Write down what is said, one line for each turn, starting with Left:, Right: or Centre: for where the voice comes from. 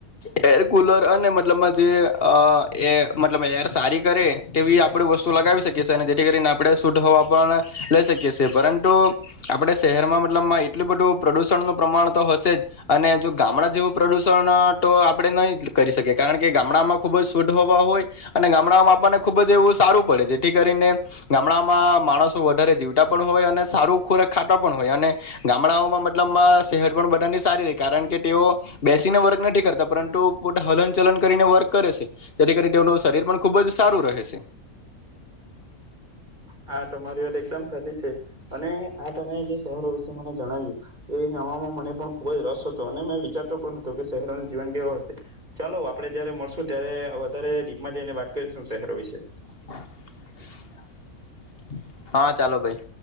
Left: એર કુલર અને, મતલબ જે અ એ મતલબ એર સારી કરે તેવી આપણે વસ્તુ લગાવી શકીએ, અને જેથી કરીને આપણે શુદ્ધ હવા પણ લઈ શકીએ, પરંતુ આપણે શહેરમાં મતલબ એટલું બધું પ્રદુષણનું પ્રમાણ તો હશે જ. અને જો ગામડા જેવું પ્રદુષણ તો આપણે નહી કરી શકીએ, કારણ કે ગામડામાં ખુબ જ શુદ્ધહવા હોય. અને ગામડામાં આપણને ખુબ જ એવું સારું પડે, જેથી કરીને ગામડામાં માણસો વધારે જીવતા પણ હોય અને સારું ખોરાક ખાટો પણ હોય અને ગામડાઓમાં મતલબમાં શહેર પણ બધાની સારી રહે, કારણ કે તેઓ બેસીને વર્ક નથી કરતા, પરંતુ પોતે હલન ચલન કરીને વર્ક કરે છે, તેથી કરીને તેનું શરીર પણ ખૂબ જ સારું રહે છે.
Right: હા, તમારી વાત એકદમ સાચી છે, અને આ તમે જે. વિશે મને જણાવ્યું. એ જણવામાં મને પણ ખુબ જ રસ હતો અને મેં વિચારતો પણ હતો કે શહેરોનું જીવન કેવો હશે. ચાલો, આપડે જયારે મળશું ત્યારે વધારે ડીપમાં જઈને વાત કરીશું. શહેરો વિશે.
Left: <unintelligible> હા, ચાલો ભાઈ.